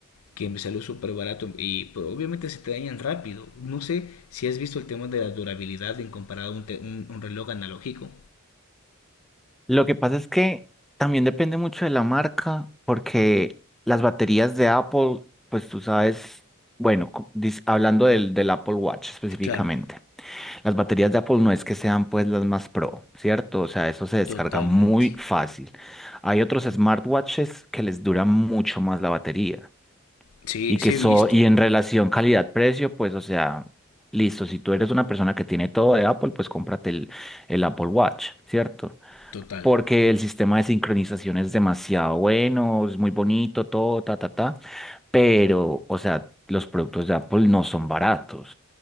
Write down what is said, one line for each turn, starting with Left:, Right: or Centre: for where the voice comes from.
Left: que me salió súper barato y pero obviamente se te dañan rápido. No sé si has visto el tema de la durabilidad en comparado a un, te- un- un reloj analógico.
Centre: Lo que pasa es que también depende mucho de la marca, porque las baterías de Apple, pues tú sabes, bueno, co- dis- hablando del, del Apple Watch específicamente.
Left: Claro,
Centre: Las baterías de Apple no es que sean pues las más pro, ¿cierto? O sea, eso se descarga
Left: totalmente.
Centre: muy fácil. Hay otros smartwatches que les dura mucho más la batería
Left: Sí,
Centre: y que
Left: sí
Centre: son,
Left: he visto,
Centre: y en relación calidad-precio, pues, o sea, listo, si tú eres una persona que tiene todo de Apple, pues cómprate el, el Apple Watch, ¿cierto?
Left: total.
Centre: Porque el sistema de sincronización es demasiado bueno, es muy bonito, todo, ta, ta, ta, pero, o sea, los productos de Apple no son baratos.